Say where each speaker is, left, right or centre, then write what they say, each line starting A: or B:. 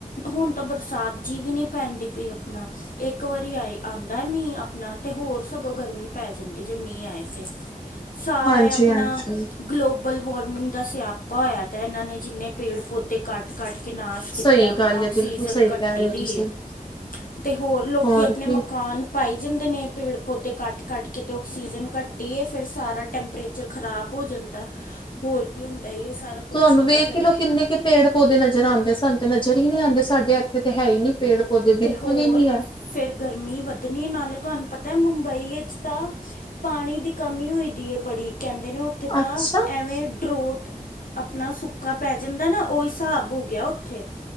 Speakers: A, on the left; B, on the left.
A: ਹੁਨ ਤਾਂ ਬਰਸਾਤ ਜੀ ਵੀ ਨ੍ਹੀਂ ਪੈਂਦੀ ਪਈ ਆਪਨਾ, ਇੱਕ ਵਾਰੀ ਆਈ। ਆਂਦਾ ਮੀਂਹ ਆਪਨਾ ਤੇ ਹੋਰ ਸਗੋਂ ਗਰਮੀ ਪੈ ਜਾਂਦੀ ਜੇ ਮੀਂਹ ਆਏ ਤੇ। ਸਾਰਾ
B: ਹਾਂਜੀ-ਹਾਂਜੀ-ਹਾਂਜੀ
A: ਆਪਨਾ ਗਲੋਬਲ ਵਾਰਮਿੰਗ ਦਾ ਸਿਆਪਾ ਹੋਇਆ ਦਾ ਇਹਨਾਂ ਨੇ ਜਿੰਨੇ ਪੇੜ ਪੌਦੇ ਕਟ ਕੱਟ ਕੇ ਨਾਸ਼ ਕੀਤਾ
B: ਸਹੀ
A: ਆਪਨਾ।
B: ਗੱਲ ਹੈ ਬਿਲਕੁਲ
A: <unintelligible>
B: ਸਹੀ
A: ਕੱਟੀ
B: ਕਹਿ ਰਹੇ ਹੋ
A: ਦੀ
B: ਤੁਸੀਂ
A: ਏ ਤੇ ਹੋਰ ਲੋਕੀ
B: ਹੋਰ
A: ਆਪਨੇ
B: ਕੀ
A: ਮਕਾਨ ਕਾਨ ਪਾਈ ਜਾਂਦੇ ਨੇ ਪੇੜ ਪੌਦੇ ਕੱਟ-ਕੱਟ ਕੇ ਤੇ ਆਕਸੀਜਨ ਘੱਟਦੀ ਏ ਫੇਰ ਸਾਰਾ ਟੈਂਪਰੇਚਰ ਖ਼ਰਾਬ ਹੋ ਜਾਂਦਾ, ਹੋਰ ਕੀ ਹੁੰਦਾ ਏਹਿਓ ਸਾਰਾ ਕੁਛ
B: ਤੁਹਾਨੂੰ
A: ਹੁੰਦਾ
B: ਵੇਖ
A: ਫੇਰ
B: ਹੀ ਲੋ ਕਿੰਨੇ ਕੁ ਪੇੜ ਪੌਦੇ ਨਜ਼ਰ ਆਂਦੇ ਸਾਨੂੰ ਤੇ ਨਜ਼ਰ ਈ ਨੀ ਆਂਦੇ ਸਾਡੇ ਇੱਥੇ ਤੇ ਹੈ ਈ ਨ੍ਹੀਂ ਪੇੜ। ਪੌਦੇ
A: ਤੇ
B: ਬਿਲਕੁਲ
A: ਹੋਰ
B: ਹੀ ਨਹੀਂ ਹੈ
A: ਫੇਰ ਗਰਮੀ ਵੱਧਨੀ ਏ ਨਾਲੇ ਤੁਹਾਨੂੰ ਪਤਾ ਮੁੰਬਈ ਵਿੱਚ ਤਾਂ ਪਾਣੀ ਦੀ ਕਮੀ ਹੋਈ ਦੀ ਏ ਬੜੀ ਕਹਿੰਦੇ ਨੇ ਓਥੇ ਤਾਂ
B: ਅੱਛਾ
A: ਐਵੇਂ ਡਰੋਟ ਆਪਨਾ ਸੁੱਕਾ ਪੈ ਜਾਂਦਾ ਏ ਨਾ ਓਹ ਹਿਸਾਬ ਹੋ ਗਿਆ ਓਥੇ